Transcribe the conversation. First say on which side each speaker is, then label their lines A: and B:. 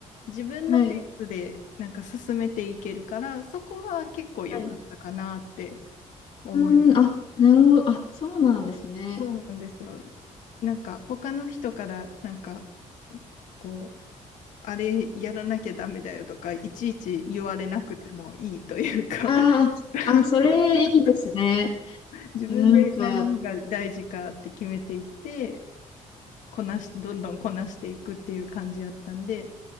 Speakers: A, on the left; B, on the left.
A: 自分のペースでなんか進めていけるから、
B: はい。
A: そこは結構良かったかなって
B: はい。
A: 思います。
B: うん、あ、なるほど。あ、そうなんですね。
A: そうなんですよ。なんか他の人からなんかこう、あれやらなきゃダメだよとか、いちいち言われなくてもいいというか
B: ああ、
A: <laughs>
B: あ、それいいですね。
A: 自分で何が大事かって決めていって、
B: いやなんか、うん
A: こなし、どんどんこなしていくっていう感じやったんで、